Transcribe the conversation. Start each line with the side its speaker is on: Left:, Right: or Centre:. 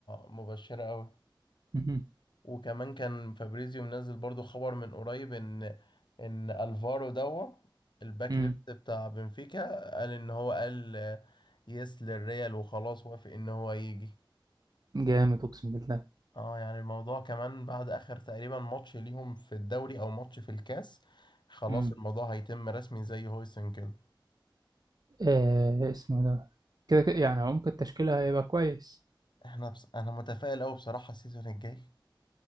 Left: مبشرة قوي
Right: مم.
Left: وكمان كان فابريزيو منزل برضو خبر من قريب ان ان الفارو دوا الباك
Right: مم.
Left: ليفت بتاع بنفيكا قال ان هو قال آه، يس للريال وخلاص وافق ان هو يجي
Right: جامد أقسم بالله
Left: اه يعني الموضوع كمان بعد اخر تقريبا ماتش ليهم في الدوري او ماتش في الكاس خلاص
Right: مم.
Left: الموضوع هيتم رسمي زي هويسن كده
Right: آه اسمه ده كده كده يعني عمق التشكيلة هيبقى كويس
Left: احنا بس انا متفائل قوي بصراحة السيزون الجاي